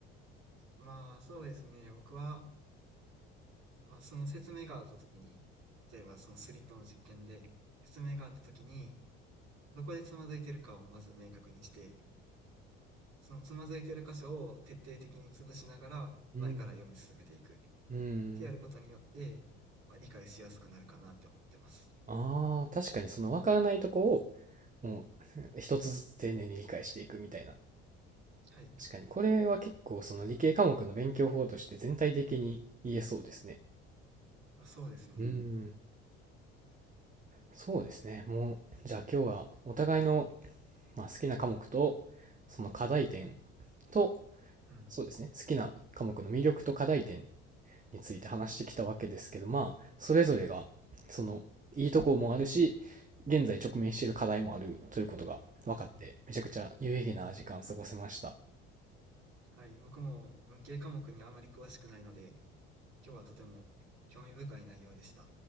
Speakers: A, on the right; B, on the right.
A: まあそうですね。僕はまあ、その説明があったときに、例えばそのスリットの実験で説明があったときに、どこでつまずいてるかをまず明確にして、そのつまずいてる箇所を徹底的に潰しながら前から読み進めていくっ
B: うん。うん。
A: てやることによって、まあ、理解しやすくなるかなって思ってます。
B: ああ、確かにその分からないとこを、もう <laughs> 一つずつ丁寧に理解していくみたいな。
A: はい。
B: 確かにこれは結構その理系科目の勉強法として全体的に言えそうですね。
A: あ、そうですね。
B: うーん、そうですね。もう、じゃあ今日はお互いの、まあ、好きな科目と、その課題点と、
A: うん。
B: そうですね、好きな科目の魅力と課題点について話してきたわけですけど、まあ、それぞれが、その、いいとこもあるし、現在直面している課題もあるということが分かって、
A: うん。
B: めちゃくちゃ有意義な時間過ごせました。
A: はい。僕も文系科目にあまり詳しくないので、今日はとても興味深い内容でした。